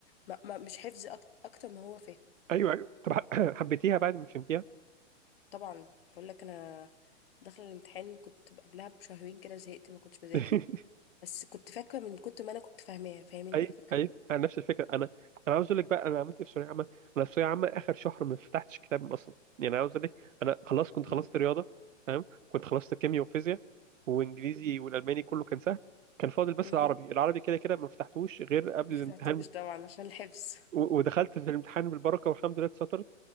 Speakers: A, on the left; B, on the right.
A: ما ما مش حفظ أك- اكتر ما هو فهم
B: ايوه ايوه طب ح- <coughs> <clears throat> حبيتيها بعد ما فهمتيها
A: طبعا بقول لك انا داخله الامتحان كنت قبلها بشهرين كده زهقت ما كنتش بذاكر
B: <laughs>
A: بس كنت فاكره من كتر ما انا كنت فاهماها فاهم انت
B: ايوه
A: الفكره
B: ايوه انا نفس الفكره انا انا عاوز اقول لك بقى انا عملت ايه في ثانويه عامه انا في ثانويه عامه اخر شهر ما فتحتش كتاب اصلا يعني انا عاوز اقول لك انا خلاص كنت خلصت
A: امم
B: رياضه تمام كنت خلصت كيمياء وفيزياء وانجليزي والالماني كله كان سهل كان فاضل بس
A: امم
B: العربي العربي كده كده ما فتحتوش غير قبل
A: ما
B: الامتحان
A: فتحتوش طبعا عشان الحفظ
B: و- ودخلت في الامتحان بالبركه والحمد لله اتسطرت